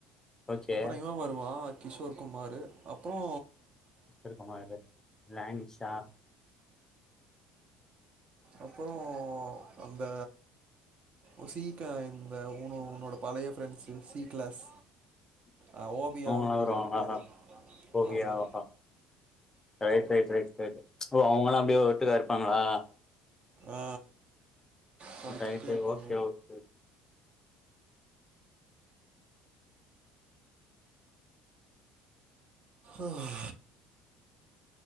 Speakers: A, on the left; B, on the right.
A: ஓகே
B: அப்பற இவ வருவா கிஷோர் குமாரு அப்பறோ
A: கிஷோர்குமாரு பிளானிஷா
B: அப்பற அந்த உசீக்கா இந்த உனு உன்னோட பழைய ஃப்ரெண்ட்ஸ் இது சி கிளாஸ் ம் ஓபியானு
A: அவங்கல்லா
B: நெனக்கிற
A: வருவாங்களா
B: பேரு
A: ஓவியாவா
B: ஆமா
A: ரைட் ரைட் ரைட் ரைட்டு ஓ அவுங்களா அப்டியே ஒட்டுக்கா இருப்பாங்களா
B: ஆ தொடச்சிட்டே
A: ரைட்டு
B: இருப்பாங்க
A: ஓகே ஓகே ஓகே
B: ஒஹ